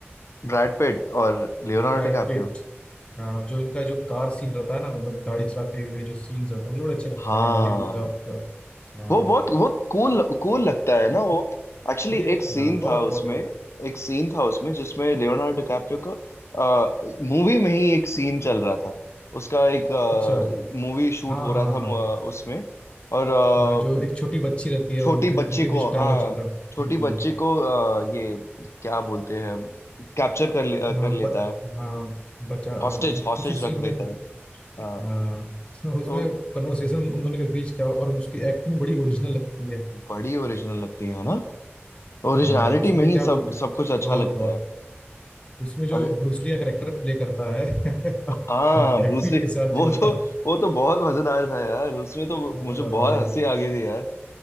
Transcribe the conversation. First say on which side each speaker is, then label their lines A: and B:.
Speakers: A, on the left (about 80°); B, on the left (about 25°).
A: ब्रैड पिट और लियोनार्डो
B: Brad
A: डिकैप्रियो
B: Pitt हाँ जो इनका जो कार सीन रहता है ना मतलब गाड़ी चलाते हुए जो सीन्स रहते हैं मुझे बड़े अच्छे लगते
A: हाँ
B: हैं हॉलीवुड का पूरा, हाँ
A: वो बहुत बहुत कूल कूल लगता है ना वो एक्चुअली
B: ये
A: एक सीन
B: हाँ बहुत
A: था
B: बहुत
A: उसमें
B: बहुत
A: एक सीन था उसमें जिसमें लियोनार्डो डिकैप्रियो का मूवी में ही एक सीन चल रहा था उसका एक
B: अच्छा
A: मूवी शूट
B: हाँ
A: हो
B: हाँ
A: रहा था
B: हाँ
A: अ, उसमें और अ,
B: हाँ जो एक छोटी बच्ची रहती है
A: छोटी
B: वो- उन-
A: बच्ची
B: उनके बीच
A: को
B: डायलॉग
A: हाँ
B: चलता है हम्म,
A: छोटी बच्ची को अ, ये क्या बोलते हैं कैप्चर कर ले, अ,
B: हाँ
A: कर लेता
B: ब,
A: है
B: हाँ बच्चा हाँ,
A: हॉस्टेज
B: उ-
A: हॉस्टेज
B: उसी सीन
A: रख
B: में
A: देता है हाँ
B: हाँ <laughs> तो उसमें
A: तो
B: कन्वर्सेशन उन दोनों के बीच का और उसकी एक्टिंग बड़ी ओरिजिनल लगती है
A: बड़ी ओरिजिनल लगती है ना ओरिजिनलिटी
B: हाँ उसमें
A: में ही
B: क्या बोलते
A: सब सब कुछ अच्छा
B: बहुत
A: लगता
B: बहुत
A: है
B: उसमें जो
A: अगर
B: ब्रूसली का करेक्टर प्ले करता है
A: हाँ
B: <laughs> और ब्रैड
A: ब्रूसली
B: पीट के साथ
A: वो
B: जो होता
A: तो
B: है
A: वो तो बहुत मजेदार था यार उसमें तो
B: हाँ,
A: मुझे बहुत
B: बड़े
A: हंसी आ गई थी यार